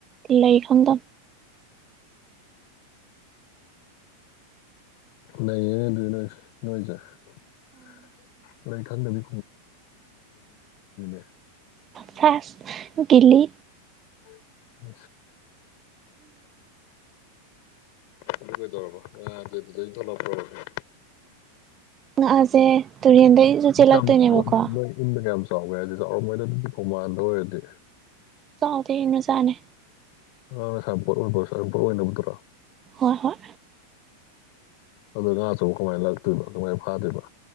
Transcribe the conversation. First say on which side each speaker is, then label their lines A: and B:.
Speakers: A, on the right; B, on the left.
A: ꯂꯩ ꯈꯪꯗ
B: ꯂꯩꯌꯦ ꯑꯗꯨ ꯅꯨꯡꯉꯥꯏꯖꯔꯣꯏ ꯈꯪꯗꯕꯤ <unintelligible>
A: ꯐꯥꯁ ꯕꯤꯜꯂꯤ
B: <inaudible> ꯑꯗꯨ ꯀꯩꯗꯧꯔꯕ ꯉꯥꯖ ꯗꯨꯎꯩ ꯑꯣꯏꯊꯣꯛꯂꯛꯄ꯭ꯔ
A: ꯉꯥꯁꯦ ꯇꯨꯔꯦꯟꯗꯒꯤꯁꯨ ꯆꯦꯜꯂꯛꯇꯣꯏꯅꯦꯕꯀꯣ
B: ꯀꯌꯥꯝ ꯆꯥꯎꯋꯦ ꯅꯣꯏ ꯅꯣꯏ ꯏꯟꯗ ꯀꯌꯥꯝ ꯆꯥꯎꯒꯦ ꯍꯥꯏꯁꯦ ꯆꯥꯎꯔꯝꯝꯕꯩꯗꯨꯗꯤ ꯄꯣꯡꯃꯥꯟꯗ ꯑꯣꯏꯔꯗꯤ
A: ꯆꯥꯎꯗꯦ ꯃꯥꯆꯥꯅꯤ
B: ꯑꯉꯥꯡ ꯁꯥꯅꯄꯣꯠ ꯁꯥꯅꯄꯣꯠ ꯑꯣꯏꯅꯕꯗꯨꯔꯣ
A: ꯍꯣꯏ ꯍꯣꯏ
B: ꯑꯗꯣ ꯉꯥ ꯑꯆꯧꯕ ꯀꯃꯥꯏꯅ ꯂꯥꯛꯛꯇꯣꯏꯔꯤꯕ ꯀꯃꯥꯏꯅ ꯐꯥꯗꯣꯏꯔꯤꯕ